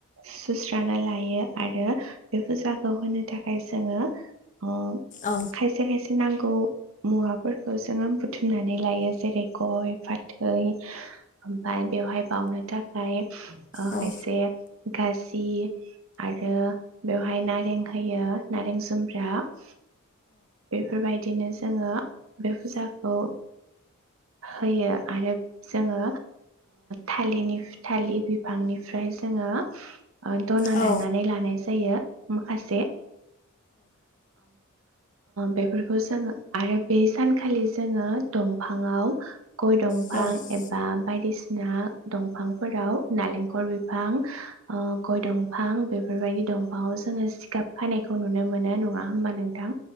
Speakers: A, on the right; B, on the left.
A: सुस्राना लायो आरो बे फुजाखौ होनो थाखाय जोङो अ
B: औ
A: खायसे खायसे नांगौ मुवाफोरखौ जोङो बुथुमनानै लायो जेरै गय-फाथै ओमफ्राय बेवहाय बानो थाखाय अ
B: औ
A: खायसे गाजि आरो बेवहाय नारें होयो नारें जुम्ब्रा द बेफोर बाय बिदिनो जोङो बे फुजाखौ होयो आरो जोङो थालिर बिफांनिफ्राय जोङो धना
B: औ
A: दाननानै लानाय जायो। माखासे बेफोरखौ जोङो आरो बे सानखालि जोङो दंफाङाव गय दंफां
B: औ
A: एबा बायदिसिना ना दंफांफोराव नालेंखर बिफां गय दंफां बेफोरबायदि दंफांआव जोङो जिगाब खानायखौ नुनो मोनो नङा। होमबा नोंथां